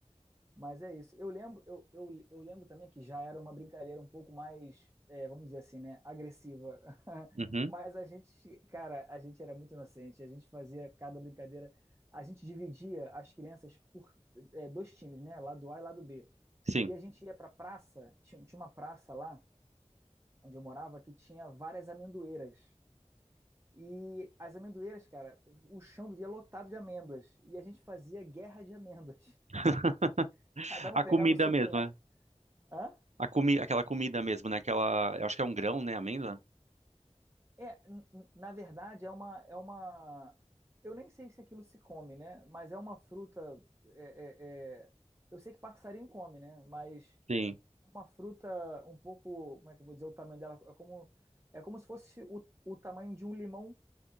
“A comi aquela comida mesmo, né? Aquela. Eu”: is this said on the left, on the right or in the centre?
Right